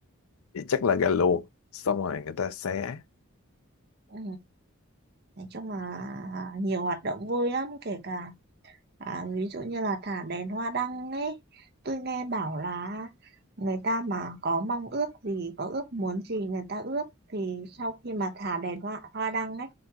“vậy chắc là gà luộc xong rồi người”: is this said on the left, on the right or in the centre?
Left